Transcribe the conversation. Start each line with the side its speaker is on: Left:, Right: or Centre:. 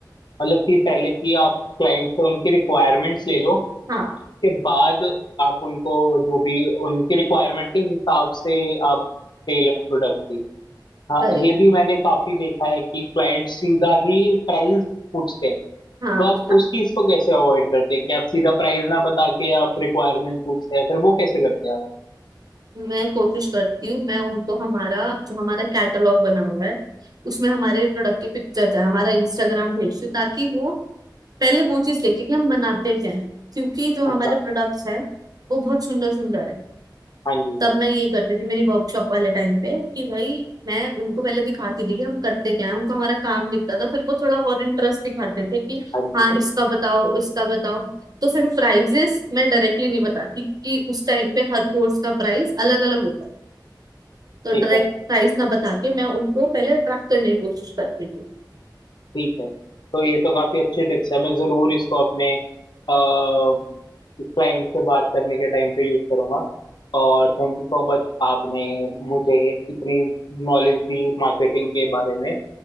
Left: मतलब कि पहले कि आप क्लाइंट से उनकी रिक्वायरमेंट्स ले लो
Right: हाँ
Left: उसके बाद आप उनको जो भी उनकी रिक्वायरमेंट के हिसाब से आप टेलर प्रोडक्ट दी हाँ
Right: गए
Left: ये भी मैंने काफी देखा है कि क्लाइंट सीधा ही प्राइस पूछते हैं
Right: हाँ हाँ
Left: तो आप उस चीज को कैसे अवॉइड करते हैं कि आप सीधा प्राइस ना बता के आप रिक्वायरमेंट पूछते हैं फिर वो कैसे करते हैं आप
Right: मैं कोशिश करती हूँ मैं उनको हमारा जो हमारा कैटलॉग बना हुआ है उसमें हमारे प्रोडक्ट की पिक्चर है हमारा इंस्टाग्राम भेजती हूँ ताकि वो पहले वो चीज देखे कि हम बनाते क्या है क्योंकि जो हमारे
Left: अच्छा
Right: प्रोडक्ट्स हैं वो बहुत सुंदर सुंदर है
Left: हाँ जी
Right: तब मैं यही करती थी मेरी वर्कशॉप वाले टाइम पे कि भाई मैं उनको पहले दिखाती थी कि हम करते क्या है उनको हमारा काम दिखता था फिर वो थोड़ा और इंटरेस्ट दिखाते थे कि
Left: हाँ जी
Right: हाँ इसका बताओ इसका बताओ तो फिर प्राइजेस मैं डायरेक्टली नहीं बताती कि उस टाइम पे हर कोर्स का प्राइस अलग अलग होता तो
Left: ठीक
Right: डायरेक्ट
Left: है
Right: प्राइस ना बता के मैं उनको पहले अट्रैक्ट करने की कोशिश करती थी
Left: ठीक है तो ये तो काफी अच्छी टिप्स है मैं जरूर इसको अपने क्लाइंट से बात करने के टाइम पे यूज करूंगा और थैंक यू सो मच आपने मुझे इतनी नॉलेज दी मार्केटिंग के बारे में